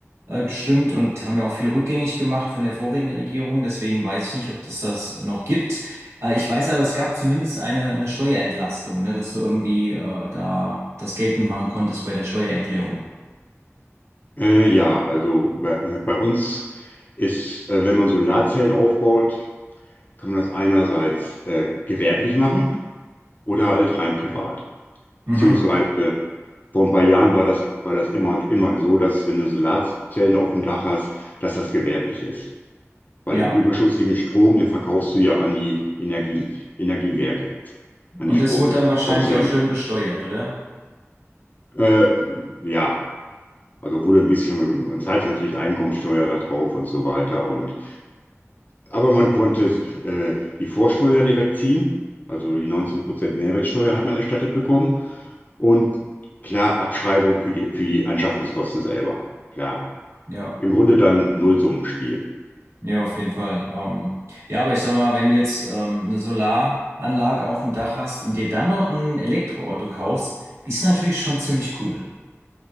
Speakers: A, on the right; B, on the left.
A: äh, gestimmt und haben ja auch viel rückgängig gemacht von der vorigen Regierung. Deswegen weiß ich nicht, ob das das noch gibt. Äh, ich weiß aber, es gab zumindest eine, eine Steuerentlastung, ne, dass du irgendwie äh, da das geltend machen konntest bei der Steuererklärung.
B: Äh, ja, also bei, bei uns ist, äh, wenn man Solarzellen aufbaut, kann man das einerseits äh, gewerblich machen oder halt rein privat. Beziehungsweise
A: Mhm.
B: vor ein paar Jahren war das, war das immer, immer so, dass wenn du Solarzellen auf dem Dach hast, dass das gewerblich ist. Weil
A: Ja,
B: den überschüssigen Strom, den verkaufst du ja an die Energie, Energiewerke, an
A: und
B: die Stromkonzerne.
A: das wurde dann wahrscheinlich auch schön besteuert, oder?
B: Äh, ja, also wurde ein bisschen, man zahlt natürlich Einkommensteuer da drauf und so weiter und Aber man konnte äh, die Vorsteuer direkt ziehen, also die 19% Mehrwertsteuer hat man erstattet bekommen und klar Abschreibung für die, für die Anschaffungskosten selber. Klar,
A: Ja.
B: im Grunde dann Nullsummenspiel.
A: Ja, auf jeden Fall. Ähm, ja, aber ich sag mal, wenn du jetzt ähm, eine Solaranlage auf dem Dach hast und dir dann noch ein Elektroauto kaufst, ist natürlich schon ziemlich cool.